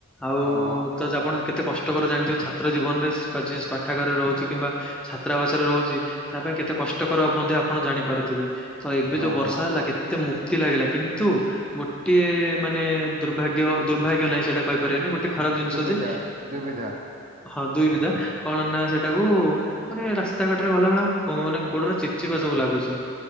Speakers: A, in the centre; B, on the right (about 35°).
A: ଆଉ
B: ହଁ ହଁ।
A: ତ ଆପଣ କେତେ କଷ୍ଟ୍ <unintelligible> ଜାଣିଥିବେ ଛାତ୍ର ଜୀବନରେ ସ୍ପାଚିସ୍ ପାଠାଗାରରେ ରହୁଚି କିମ୍ବା ଛାତ୍ରାବାସରେ ରହୁଚି ତା ପାଇଁ କେତେ କଷ୍ଟକର ବୋଧେ ଆ ଆପଣ ଜାଣିପାରୁଥିବେ ତ ଏବେ
B: ହଁ
A: ଯଉ ବର୍ଷା
B: ହଁ
A: ହେଲା କେତେ ମୁକ୍ତି ଲାଗିଲା କିନ୍ତୁ ଗୋଟିଏ ମାନେ ଦୁର୍ଭାଗ୍ୟ- ଦୁର୍ଭାଗ୍ୟ ନାହିଁ ସେଟା କହିପାରିବେନି ଗୋଟେ ଖରାପ ଜିନିଷ
B: ଦୁବିଧା
A: ଯେ
B: ଦୁବିଧା
A: ହଁ ଦୁଇ ବିଧା କଣ ନା ସେଟାକୁ ମାନେ ରାସ୍ତାଘାଟରେ ଗଲାବେଳେ ଆମକୁ କଣ୍ ନା ଗୋଡରେ ଚିପ୍ ଚିପା ସବୁ ଲାଗୁଚି।